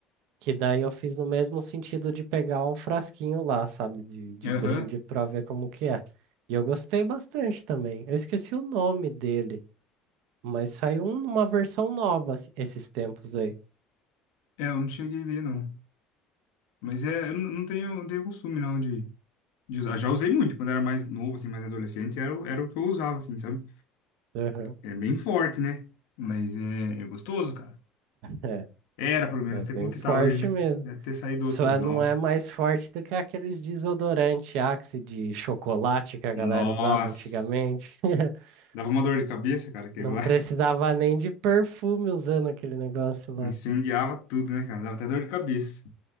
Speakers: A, on the right; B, on the left.
A: que daí eu fiz no mesmo sentido de pegar um frasquinho lá, sabe? De, de
B: Aham.
A: brinde pra ver como que é. E eu gostei bastante também. Eu esqueci o nome dele, mas saiu um- uma versão nova esses tempos aí.
B: É, eu não cheguei a ver, não. Mas é, eu não não tenho, não tenho costume, não, de, de usar. Já usei muito quando era mais novo, assim, mais adolescente, era, o- era o que eu usava, assim, sabe?
A: Aham.
B: É bem forte, né? Mas é, é gostoso, cara.
A: É.
B: Era, pelo menos,
A: É
B: não
A: bem
B: sei como que
A: forte
B: tá hoje, né?
A: mesmo.
B: Deve ter saído
A: Só
B: outros novos.
A: não é mais forte do que aqueles desodorante Axe de chocolate que a
B: Nossa.
A: galera usava antigamente. <laughs>
B: Dava uma dor de cabeça, cara, aquele
A: Não
B: lá.
A: precisava nem de perfume usando aquele negócio lá.
B: Incendiava tudo, né, cara? Dava até dor de cabeça.